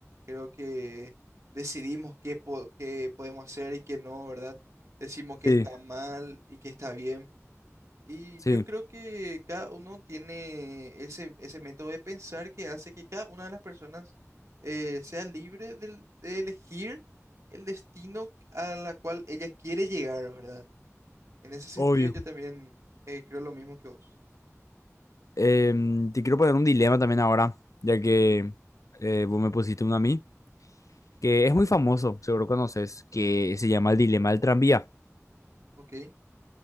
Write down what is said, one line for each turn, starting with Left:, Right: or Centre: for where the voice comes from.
Right: Creo que decidimos qué, po- qué podemos hacer y qué no, ¿verdad? Decimos qué
Left: sí,
Right: está mal y qué está bien. Y
Left: sí.
Right: yo creo que cada uno tiene ese, ese método de pensar que hace que cada una de las personas eh, sea libre del- de, elegir el destino a la cual ella quiere llegar, ¿verdad? En ese sentido
Left: obvio.
Right: yo también eh, creo lo mismo que vos,
Left: Em, te quiero poner un dilema también ahora, ya que eh, vos me pusiste uno a mí, que es muy famoso, seguro conoces, que se llama el dilema del tranvía.
Right: ¿ok?